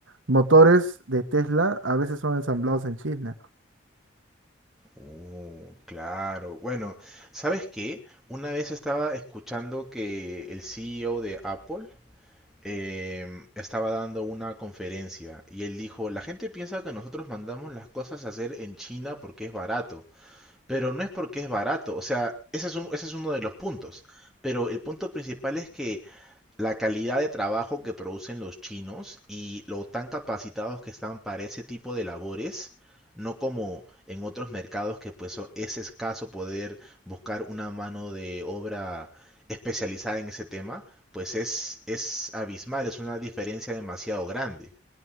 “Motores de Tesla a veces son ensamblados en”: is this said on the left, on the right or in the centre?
Right